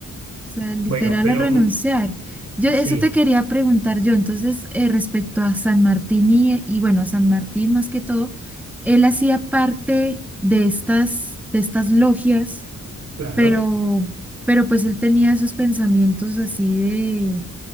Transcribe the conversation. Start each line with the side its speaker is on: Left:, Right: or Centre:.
Centre: sea, literal
Right: Bueno, pero
Centre: a renunciar.
Right: mm,
Centre: Yo
Right: sí,
Centre: eso te quería preguntar yo, entonces, eh, respecto a San Martín y, y bueno, a San Martín más que todo, él hacía parte de estas, de estas logias,
Right: claro.
Centre: pero, pero pues él tenía esos pensamientos así